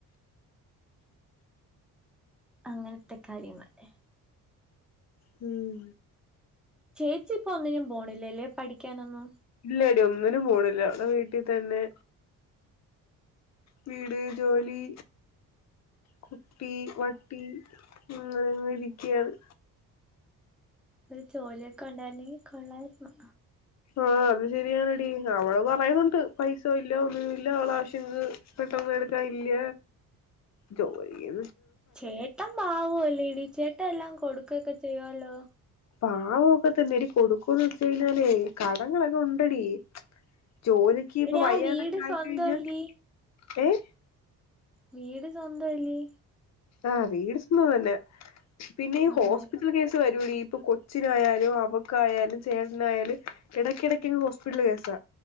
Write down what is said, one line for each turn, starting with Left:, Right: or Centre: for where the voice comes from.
Centre: അങ്ങനത്തെ കാര്യങ്ങള്.
Left: ഉം
Centre: ചേച്ചി ഇപ്പോ ഒന്നിനും പോണില്ലേല്ലേ? പഠിക്കാനൊന്നും.
Left: ഇല്ല എടി ഒന്നിനും പോണില്ല, വടെ വീട്ടിൽ തന്നെ. വീട്, ജോലി, കുട്ടി, വട്ടി അങ്ങനെ ഇരിക്കുവാണ്.
Centre: ഒരു ജോലിയൊക്കെ ഉണ്ടായിരുന്നെങ്കിൽ കൊള്ളായിരുന്ന്.
Left: ആഹ അത് ശരിയാണ് ടി അവള് പറയുന്നുണ്ട് പൈസ ഇല്ല ഒന്നുമില്ല അവള ആവശ്യങ്ങൾക്ക് ക്കെ ഒന്നു എടുക്കാൻ ഇല്ല ജോലിയ
Centre: ചേട്ടൻ പാവൊല്ലേടി ചേട്ട എല്ലാം കൊടുക്കയൊക്കെ ചെയ്യുവല്ലോ?
Left: പാവൊക്കെ തന്നേടി കൊടുക്കൂന്ന് വെച്ച് കയ്ഞ്ഞാലേ കടങ്ങളൊക്കെ ഉണ്ടെടീ ജോലിക്ക് ഇപ്പൊ
Centre: എടി
Left: വയ്യേടൊക്കെ
Centre: ആ വീട്
Left: ആയി
Centre: സ്വന്തമല്ലേ
Left: കഴിഞ്ഞാൽ ഏഹ്?
Centre: വീട് സ്വന്തവല്ലീ?
Left: ആ വീട് സ്വന്തം തന്നെയാ. പിന്നെ ഈ
Centre: നന്നായി
Left: ഹോസ്പിറ്റൽ കേസ് വരുവെടീ പ്പൊ കൊച്ചിനായാലും അവക്കായാലും ചേട്ടനായാലും ഇടക്കെടക്ക്ങ്ങ് ഹോസ്പിറ്റല് കേസാ